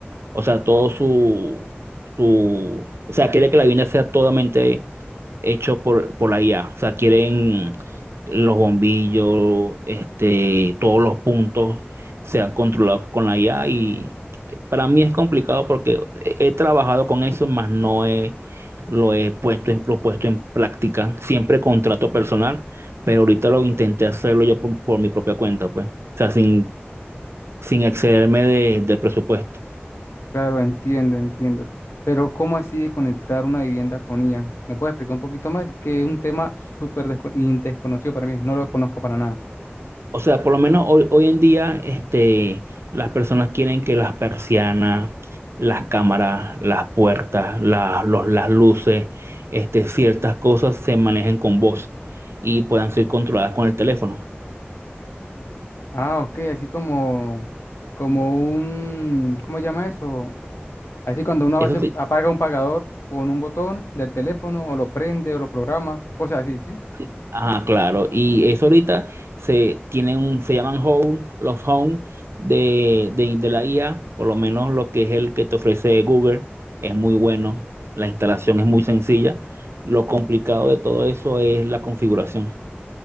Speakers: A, on the right; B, on the left.
A: O sea, todo su, su, o sea, quiere que la vivienda sea totalmente hecho por, por la IA. O sea, quieren los bombillos, este, todos los puntos sean controlados con la IA y para mí es complicado porque he, he trabajado con eso, más no he, lo he puesto, en- lo he puesto en práctica. Siempre contrato personal, pero ahorita lo intenté hacerlo yo por, por mi propia cuenta, pues. O sea, sin, sin excederme de- del presupuesto.
B: Claro, entiendo, entiendo. Pero ¿cómo así de conectar una vivienda con IA? ¿Me puedes explicar un poquito más? Que es un tema súper desco- y desconocido para mí, no lo conozco para nada.
A: O sea, por lo menos hoy, hoy en día, este, las personas quieren que las persianas, las cámaras, las puertas, la- los- las luces, este, ciertas cosas se manejen con voz y puedan ser controladas con el teléfono.
B: Ah, ok, así como, como un, ¿cómo se llama eso? Así cuando uno
A: Eso
B: hace-
A: sí,
B: apaga un pagador con un botón del teléfono o lo prende o lo programa, cosas así, ¿sí?
A: Sí. Ajá, claro. Y eso ahorita se tienen un- se llaman home, los home de, de, de la IA, por lo menos lo que es el que te ofrece Google, es muy bueno. La instalación es muy sencilla. Lo complicado de todo eso es la configuración.